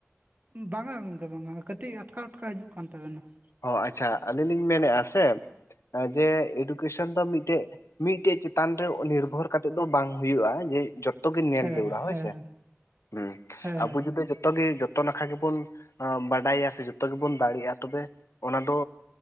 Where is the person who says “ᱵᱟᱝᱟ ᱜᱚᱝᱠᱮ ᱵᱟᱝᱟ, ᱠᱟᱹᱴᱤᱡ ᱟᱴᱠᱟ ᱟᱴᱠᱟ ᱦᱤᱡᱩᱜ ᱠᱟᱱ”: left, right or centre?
Right